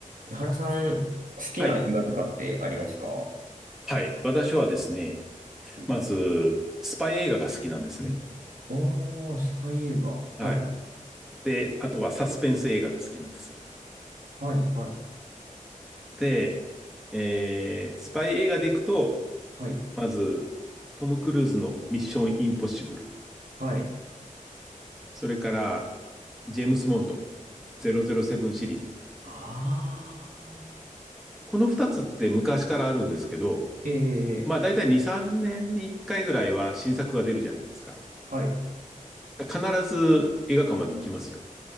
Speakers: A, on the right; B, in the centre.
A: 井原さん、好きな映画とかってありますか
B: はい。はい。私はですね、
A: はい
B: まず、スパイ映画が好きなんですね。
A: ああ、スパイ映画。はい。
B: はい。で、あとはサスペンス映画が好きなんです。
A: はい、はい、
B: で、えー、スパイ映画でいくと、
A: はい、
B: まず、トム・クルーズのミッション・インポッシブル。
A: はい。
B: それから、ジェームス・モンド、007シリーズ。
A: ああ、
B: この2つって昔からあるんですけど、
A: ええ、
B: まあ大体2、
A: ええ
B: 3年に1回ぐらいは新作が出るじゃないですか。
A: はい。
B: 必ず映画館まで行きますよ。